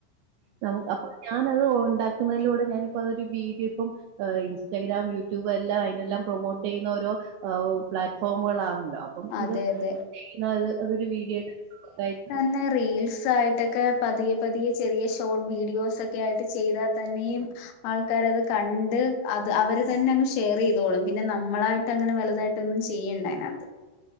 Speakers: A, on the right; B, on the left.
A: നവൊ അപ്പൊ ഞാനത് ഉണ്ടാക്കുന്നതിലൂടെ ഞാനിപ്പ അതൊരു വീതിയപ്പം ഹ് ഇൻസ്റ്റഗ്രാം യൂട്യൂബ് എല്ലാ അയിനെല്ലാം പ്രൊമോട്ട് ചെയ്യുന്ന ഓരോ ആഹൊ! പ്ലാറ്റ്ഫോമുകളാണല്ലോ അപ്പം
B: അതെ
A: ഇതൊക്കെ
B: അതെ
A: ചെയ്യുന്നത് അതൊരു വീഡിയായിട്ട് <inaudible>
B: ന്ന റീൽസ് ആയിട്ടൊക്കെ പതിയ പതിയ ചെറിയ ഷോർട്ട് വീഡിയോസ് ഒ ക്കെയായിട്ട് ചെയ്താൽ തന്നെയും ആൾക്കാരത് കണ്ട് അത് അവർ തന്നെ അങ്ങ് ഷെയർ ചെയ്തോളും. പിന്നെ നമ്മളായിട്ട അങ്ങനെ വലതായിട്ട ഒന്നും ചെയ്യണ്ട അതിനകത്ത്